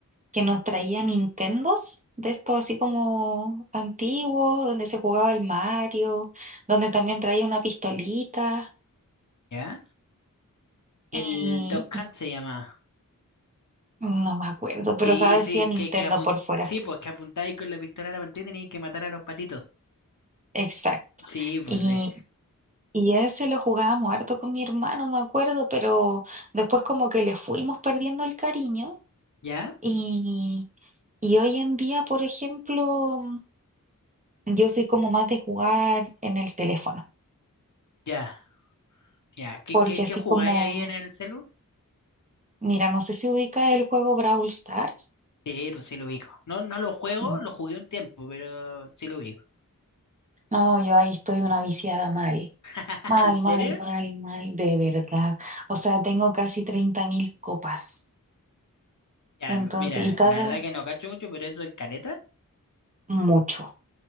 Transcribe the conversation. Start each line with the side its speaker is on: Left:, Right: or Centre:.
Right: que nos traía Nintendos, de estos así como antiguos, donde se jugaba el Mario, donde también traía una pistolita
Left: ¿Ya? El
Right: y
Left: Duck Hunt se llama.
Right: no me acuerdo, pero
Left: Sí,
Right: o sea, decía
Left: sí,
Right: Nintendo
Left: que, que apun-
Right: por fuera.
Left: sí, pues que apuntáis con la pistola a la pantalla y teníais que matar a los patitos.
Right: Exacto.
Left: Sí, pues
Right: Y,
Left: sí.
Right: y ese lo jugábamos harto con mi hermano, me acuerdo, pero después como que le fuimos perdiendo el cariño
Left: ¿Ya?
Right: y, y hoy en día, por ejemplo, yo soy como más de jugar en el teléfono,
Left: Ya, ya. ¿Qué,
Right: porque
Left: qué, qué
Right: así
Left: jugáis
Right: como...
Left: ahí en el celu?
Right: Mira, no sé si ubica el juego Brawl Stars.
Left: Sí, pues sí lo ubico. No, no lo juego,
Right: Mm.
Left: lo jugué un tiempo, pero sí lo ubico.
Right: No, yo ahí estoy una viciada mal.
Left: <laughs>
Right: Mal,
Left: ¿En serio?
Right: mal, mal, mal, de verdad. O sea, tengo casi 30.000 copas.
Left: Ya,
Right: Entonces,
Left: m- mira,
Right: y cada,
Left: la verdad que no cacho mucho, pero eso es caleta.
Right: mucho,